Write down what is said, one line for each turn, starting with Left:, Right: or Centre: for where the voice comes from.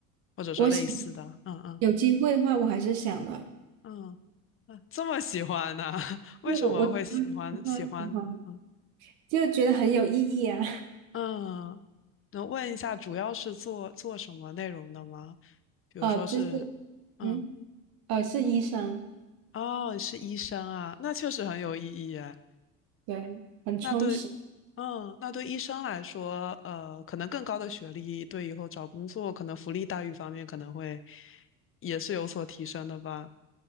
Left: 或者说类似的？
Right: 我想
Left: 嗯嗯
Right: 有机会的话，我还是想的，
Left: 嗯嗯，这么喜欢呢？<laughs> 为什么会喜欢喜欢？
Right: 因为我我当时不太喜欢，
Left: 嗯
Right: 就觉得很有意义啊，
Left: 嗯，能问一下主要是做做什么内容的吗？
Right: <laughs>
Left: 比如说是，
Right: 哦，就是。
Left: 嗯
Right: 嗯。呃，是医生，
Left: 哦，是医生啊，那确实很有意义耶。
Right: 对，很充实。
Left: 那对，嗯，那对医生来说，呃，可能更高的学历对以后找工作，可能福利待遇方面可能会也是有所提升的吧？